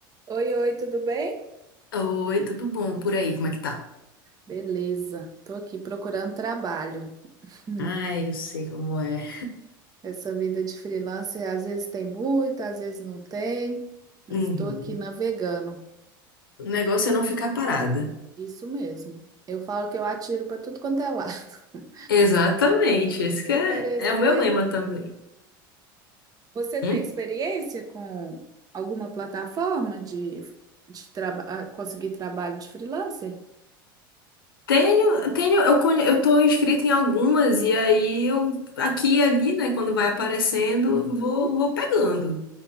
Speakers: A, on the right (about 35°); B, on the left (about 85°).
A: Oi, oi, tudo bem?
B: Oi, tudo bom por aí? Como é que tá?
A: Beleza, tô aqui procurando trabalho. Hum,
B: Ai, eu sei como é.
A: Essa vida de freelancer às vezes tem muito, às vezes não tem, mas
B: Uhum.
A: estou aqui navegando.
B: O negócio é não ficar parada.
A: Isso mesmo. Eu falo que eu atiro para tudo quanto é lado. <laughs>
B: Exatamente, esse
A: Se
B: que
A: aparecer,
B: é, é o meu lema também.
A: você tem
B: Hum?
A: experiência com alguma plataforma de, de traba- ah, conseguir trabalho de freelancer?
B: Tenho, tenho, eu, conhe- eu tô inscrita em algumas e aí eu aqui e ali, né, quando vai aparecendo,
A: Uhum.
B: vou, vou pegando.